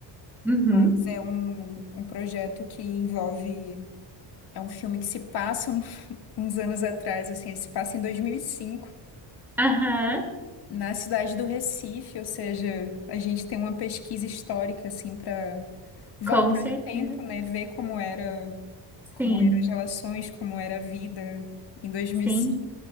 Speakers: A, in the centre; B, on the left.
A: Uhum.
B: Mas é um, um projeto que envolve é um filme que se passa um- <laughs> uns anos atrás, assim, ele se passa em 2005
A: Aham,
B: na cidade do Recife, ou seja, a gente tem uma pesquisa histórica assim para voltar
A: Com certeza.
B: no tempo, né, ver como era como
A: Sim,
B: eram as relações, como era a vida em dois mil
A: sim.
B: e cinco